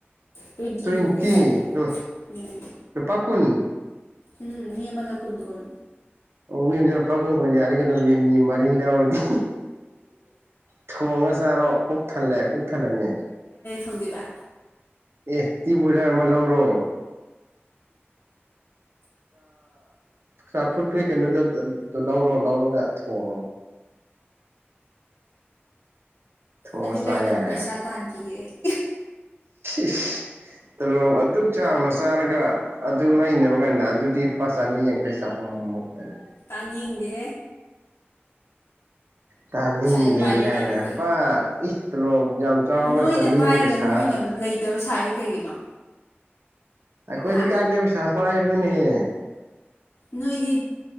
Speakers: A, on the left (about 75°); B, on the right (about 70°).
A: ꯇ꯭ꯋꯦꯟꯇꯤꯗꯨꯕꯨ
B: ꯇ꯭ꯣꯏꯇꯤꯄꯥ
A: ꯀꯩ ꯆꯥꯗꯣꯏꯕ ꯎꯝ
B: ꯀꯨꯟ
A: ꯎꯝ ꯃꯤ ꯑꯃꯗ ꯀꯨꯣꯟ ꯀꯣꯟ
B: ꯑꯣ ꯃꯤꯖꯂ ꯄꯀꯣꯏꯦ ꯑꯔ ꯀꯅ ꯃꯤ ꯃꯔꯤꯗ ꯑꯣꯏꯔꯗꯤ ꯊꯣꯡꯉ ꯆꯥꯔꯣ ꯄꯨꯛ ꯊꯜꯂꯦ ꯄꯨꯛ ꯊꯜꯂꯅꯤ
A: ꯊꯪꯗꯕ
B: ꯑꯦ ꯇꯤ ꯖꯥ ꯑꯃ ꯂꯧꯔꯣ ꯆꯄꯨꯠꯄꯒꯤ ꯀꯩꯅꯣꯗꯣꯣ ꯂꯧꯔꯣ ꯂꯧꯔꯒ ꯊꯑꯣ ꯊꯣꯡꯉ
A: ꯑꯗꯨ
B: ꯆꯥ
A: ꯂꯩꯅꯕ
B: ꯌꯥꯔꯦ
A: ꯄꯩꯁꯥ ꯇꯥꯟꯈꯤꯒꯦ ꯑꯩ
B: ꯎ ꯇ ꯂꯣ ꯑꯗꯨ ꯆꯥꯅ ꯁꯔ ꯍꯥꯏꯔꯒ ꯑꯗꯨ ꯂꯩꯥꯏꯅꯕ ꯀꯥꯟꯗ ꯑꯗꯨꯗꯤ ꯂꯨꯄꯥ ꯆꯅꯤ ꯌꯥꯡꯈꯩ ꯆꯥꯍꯨꯝ ꯈꯛꯇꯅꯤ
A: ꯇꯥꯅꯤꯡꯗꯦ
B: ꯇꯅꯤꯡꯗꯦꯒꯅ
A: ꯌꯥꯝ ꯄꯥꯏꯕꯤ ꯇꯥꯏꯞꯇ
B: ꯄ ꯏ ꯍꯦꯜꯂꯣ ꯌꯥꯝ ꯆꯥꯎꯔꯒ
A: ꯅꯣꯏꯅ
B: ꯆꯅꯤꯕꯨ
A: ꯄꯥꯏꯔꯒ
B: ꯄꯩꯁꯥ
A: ꯅꯣꯏꯅ ꯂꯩꯇꯕ ꯁꯥꯏꯁꯦ ꯀꯩꯒꯤꯅꯣ
B: ꯈꯣꯏꯗꯤ
A: ꯍꯥ
B: ꯀꯥꯏꯗꯒꯤ ꯄꯩꯁꯥ ꯅ ꯍꯦ
A: ꯅꯣꯏꯗꯤ